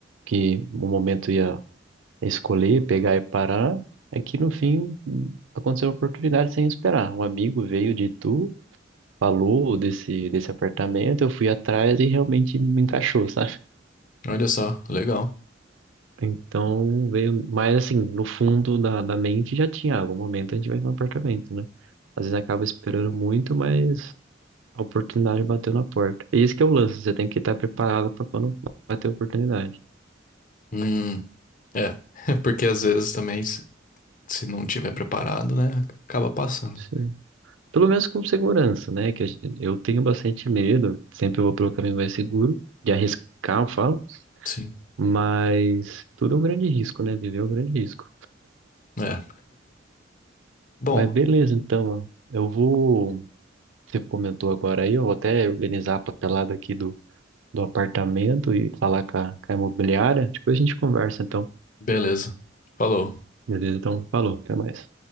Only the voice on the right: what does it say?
que o momento ia escolher, pegar e parar, é que no fim aconteceu uma oportunidade sem esperar. Um amigo veio de Itu, falou desse, desse apartamento, eu fui atrás e realmente me encaixou, <laughs> sabe?
Então veio, mas assim, no fundo da, da mente já tinha, ah, algum momento a gente vai no apartamento, né? Às vezes acaba esperando muito, mas a oportunidade bateu na porta. E esse que é o lance, você tem que estar preparado para quando bater a oportunidade.
Sim. Pelo menos com segurança, né? Que a gente- eu tenho bastante medo, sempre eu vou pelo caminho mais seguro, de arriscar, eu falo,
mas tudo é um grande risco, né? Viver é um grande risco.
Mas beleza, então, ó, eu vou. Você comentou agora aí, eu vou até organizar a papelada aqui do, do apartamento e falar com a, com a imobiliária. Depois a gente conversa, então.
Beleza, então, falou, até mais.